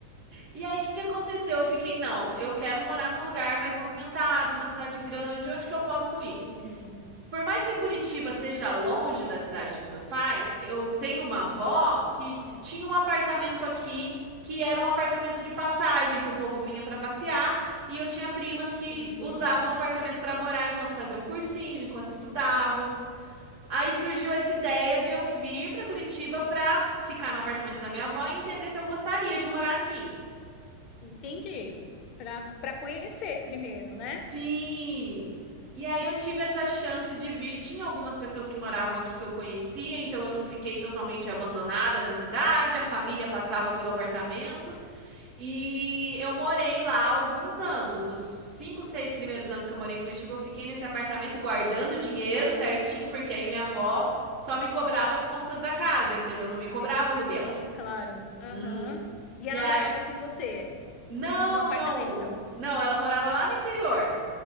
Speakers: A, on the right; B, on the left.
A: E aí, o que que aconteceu? Eu fiquei, não, eu quero morar num lugar mais movimentado, numa cidade grande, onde que eu posso ir?
B: sim,
A: Por mais que Curitiba seja longe da cidade dos meus pais, eu tenho uma avó que tinha um apartamento aqui, que era um apartamento de passagem, que o povo vinha para passear, e eu tinha primas que
B: entendi.
A: usavam o apartamento para morar enquanto faziam cursinho, enquanto estudavam. Aí surgiu essa ideia de eu vir para Curitiba para ficar no apartamento da minha avó e entender se eu gostaria de morar aqui.
B: Entendi. Para para conhecer primeiro, né?
A: Sim! E aí eu tive essa chance de vir. Tinha algumas pessoas que moravam aqui que eu conhecia, então eu não fiquei totalmente abandonada na cidade. A família passava pelo apartamento e eu morei lá alguns anos. Os cinco, seis primeiros anos que eu morei em Curitiba, eu fiquei nesse apartamento guardando dinheiro certinho, porque aí minha avó só me cobrava as contas da casa, entendeu? Não me cobrava aluguel.
B: Sim, claro. Aham.
A: Uhum.
B: E
A: E
B: ela
A: aí,
B: morava com você
A: não,
B: no apartamento?
A: não, não, ela morava lá no interior.